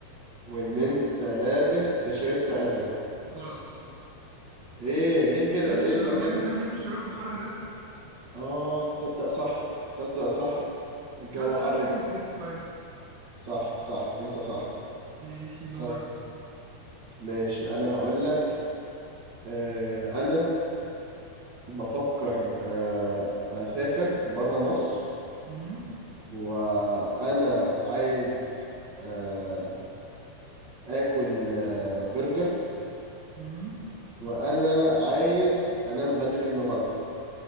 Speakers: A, on the right; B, on the right.
A: وإن أنت لابس تيشيرت أزرق
B: غلط
A: إيه ليه
B: مش
A: كده
B: لابس
A: إيه
B: شراب
A: اللي
B: يا
A: غلط
B: ابني حد يلبس شراب في الحر ده
A: آه تصدق صح تصدق صح الجو
B: لا لا
A: حر
B: لا لازم
A: جدا.
B: تجس كويس
A: صح صح أنت صح
B: ماشي دور
A: طيب ماشي أنا هقول لك آه أنا بفكر آه أسافر برا مصر
B: مم.
A: وانا عايز آه، اكل آه، برجر
B: مم.
A: وانا عايز انام بدري النهارده